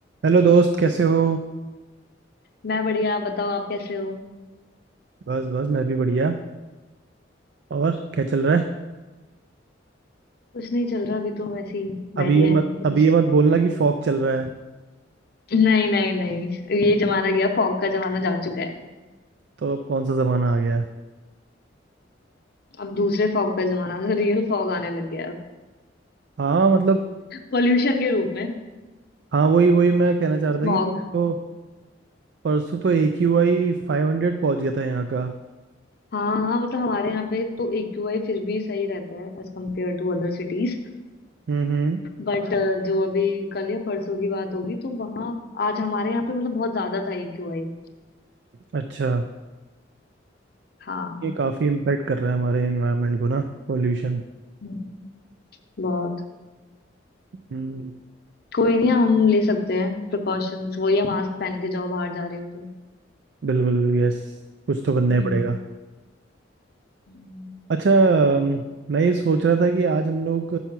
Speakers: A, on the right; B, on the left.
A: हेलो दोस्त कैसे हो
B: मैं बढ़िया आप बताओ आप कैसे हो
A: बस बस मैं भी बढ़िया और क्या चल रहा है
B: कुछ नहीं चल रहा अभी तो वैसे ही बैठे
A: अभी ये
B: हैं
A: मत
B: बस
A: अभी ये मत बोलना कि फॉग चल रहा है
B: नहीं नहीं नहीं ये जमाना गया फॉग का जमाना जा चुका है
A: तो अब कौन सा जमाना आ गया है
B: अब दूसरे फॉग का जमाना रियल फॉग आने लग गया है
A: हाँ मतलब
B: पोल्यूशन के रूप में
A: हाँ वही वही मैं कहना चाह रहा
B: स्मॉग
A: था कि तो परसों तो ए क्यू आई फाइव हंड्रेड पहुंच गया था यहाँ का
B: हाँ हाँ मतलब हमारे यहाँ पे तो एक्यूआई फिर भी सही रहता है as compared to other cities
A: हम्म हम्म
B: But जो अभी कल या परसों की बात होगी तो वहाँ आज हमारे यहाँ पे मतलब बहुत ज्यादा था एक्यूआई
A: अच्छा
B: हाँ
A: ये काफ़ी इम्पेक्ट कर रहा है हमारे एनवायरनमेंट को ना पोल्यूशन
B: हम्म, बहुत
A: हम्म
B: कोई नहीं हम ले सकते हैं प्रिकॉशंस वही है मास्क पहन के जाओ बाहर जा रहे हो तुम
A: बिल्कुल बिल्कुल यस कुछ तो करना
B: हम्म,
A: ही पड़ेगा
B: हम्म।
A: अच्छा अम, मैं ये सोच रहा था कि आज हम लोग